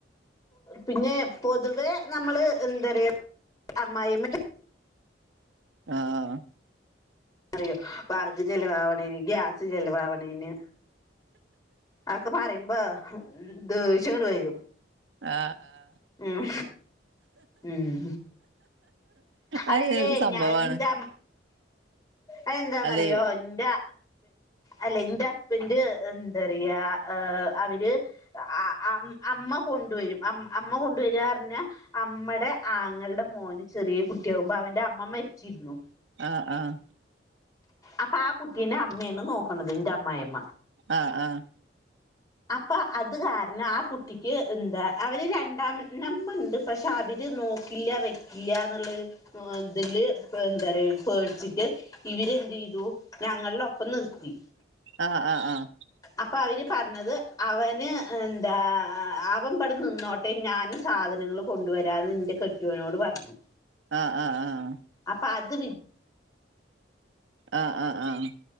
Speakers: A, on the left; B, on the right.
A: പിന്നെ പൊതുവെ നമ്മള് എന്താ പറയാ അമ്മായിയമ്മ
B: ആഹ്
A: അറിയോ വറക് ചിലവാവണേന് ഗ്യാസ് ചിലവാവണേന് അതക്കെ പറയുമ്പോ ദേഷ്യങ്ങട്ട് വരും
B: ആ ആ
A: ഉം ഉം
B: അത്
A: അല്ലേ
B: ഒരു സംഭവാണ്
A: ഞാൻ എന്താ അതെന്താന്നറിയോ
B: അല്ലേ
A: എന്റെ അല്ലെ എന്റെ ഹുസ്ബൻഡ് എന്താ പറയാ അവര് ആ അ അം അമ്മ കൊണ്ടുവരും അമ്മ കൊണ്ടുവരാറ്ഞ്ഞ അമ്മടെ ആങ്ങൾടെ മോന് ചെറിയ കുട്ടിയാകുമ്പോ അവൻന്റെ അമ്മ മരിച്ചിരുന്നു
B: ആഹ് ആഹ്
A: അപ്പൊ ആ കുട്ടീനെ അമ്മയാണ് നോക്കണത് ന്റെ അമ്മായിമ്മ
B: ആഹ് ആഹ്
A: അപ്പൊ അത് കാരണം ആ കുട്ടിക്ക് ന്താ അവര് രണ്ടാം നമ്മണ്ട് പക്ഷെ അവര് നോക്കി ഇല്ല വെക്കില്ല ന്നുള്ളര് മൊതല് എന്താ റ് യ പേടിച്ചിട്ട് ഇവരെന്ത് ചെയ്തു ഞങ്ങളുടെ ഒപ്പം നിർത്തി
B: ആഹ് ആഹ് ആഹ്
A: അപ്പൊ അവര് പറഞ്ഞത് അവന് ന്താ അവൻ ബടെ നിന്നോട്ടെ ഞാൻ സാധനങ്ങളും കൊണ്ടുവരാന്ന് ന്റെ കെട്ടിയോനോട് പറഞ്ഞു
B: ആഹ് ആഹ് ആഹ്
A: അപ്പ അത്
B: ആഹ് ആഹ് ആഹ്